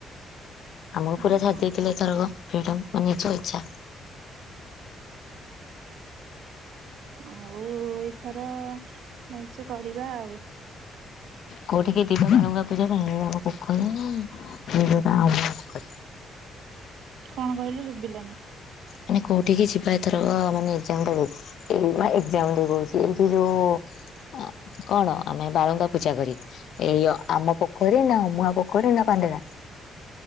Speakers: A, on the left; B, on the right.
A: ଆମକୁ
B: ହଁ
A: ପୁରା ଛାଡ଼ି
B: ହଁ
A: ଦେଇଥିଲେ ଏଇଥରକ ଫ୍ରିଡମ ମାନେ ନିଜ ଇଚ୍ଛା
B: ଆଉ ଏଇଥର ଭଲସେ କରିବା ଆଉ।
A: କୋଉଠିକି ଯିବା ବାଳୁଙ୍ଗା ପୂଜା ପାଇଁ ନୂଆଁ ପୋଖରୀ ନା ଅମୂଆ ପୋଖରୀ।
B: କଣ କହିଲୁ ଶୁଭିଲାନି?
A: ମାନେ କୋଉଠିକି ଯିବା ଏଥରକ ମାନେ ଏକ୍ସାମ୍ ଦେବାକୁ ଏମା ଏକ୍ସମ୍ ଦେବା କହୁଚି। ଏଇଠି ଯୋଉ କଣ ଆମେ ବାଳୁଙ୍କା ପୂଜା କରି ଏଇ ଆମ ପୋଖରୀ ନା ଅମୂଆ ପୋଖରୀ ନା ପାଣ୍ଡେରା।